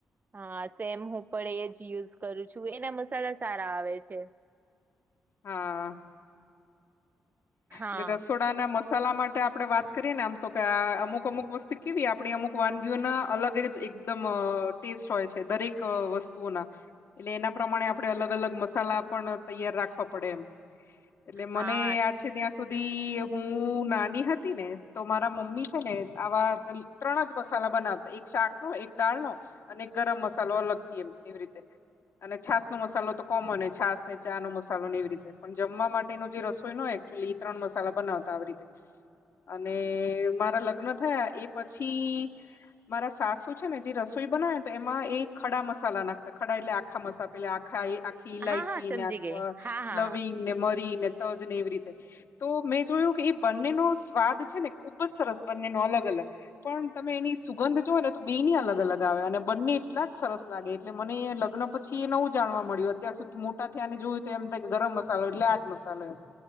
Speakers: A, on the right; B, on the left.
A: હા, સેમ હું પણ એ જ યુઝ કરું છું. એના મસાલા સારા આવે છે.
B: હા.
A: હા
B: એટલે રસોડાના મસાલા માટે આપડે વાત કરીએ ને આમ તો કે અમુક અમુક વસ્તુ કેવી આપડી અમુક વાનગીઓના અલગ જ એકદમ અ ટેસ્ટ હોય છે દરેક વસ્તુઓના. એટલે એના પ્રમાણે આપડે અલગ અલગ મસાલા પણ તૈયાર રાખવા પડે એમ. એટલે મને
A: હા
B: યાદ છે ત્યાં સુધી હું નાની હતી ને તો મારા મમ્મી છે ને આવા ત્રણ જ મસાલા બના એક શાકનો, એક દાળ નો અને એક ગરમ મસાલો અલગથી એમ એવી રીતે. અને છાસનો મસાલો તો કોમન હે છાસને ચાનો મસાલો ને એવી રીતે. પણ જમવા માટેનો જે રસોઈ ન હોય એકચુલી એ ત્રણ મસાલા બનાવતા આવી રીતે. અને મારા લગ્ન થયા એ પછી મારા સાસુ છે ને જે રસોઈ બનાવે તો એમાં એ ખડા મસાલા નાખતા ખડા એટલે આખા મસા પેલે આખા એ આખી ઇલાયચી
A: હા હા સમજી
B: ને
A: ગઈ
B: <inaudible>
A: હા હા
B: લવિંગ
A: હા
B: ને મરી ને તજ ને એવી રીતે તો મેં જોયું કે એ બંનેનો સ્વાદ છે ને ખુબ જ સરસ બંનેનો અલગ-અલગ પણ તમે એની સુગંધ જોઓ ને તો બેયની અલગ-અલગ આવે અને બંને એટલા જ સરસ લાગે એટલે મને એ લગ્ન પછી એ નવું જાણવા મળ્યું અત્યાર સુધી મોટા થયાને જોયું તો એમ થાય કે ગરમ મસાલો એટલે આજ મસાલો એમ.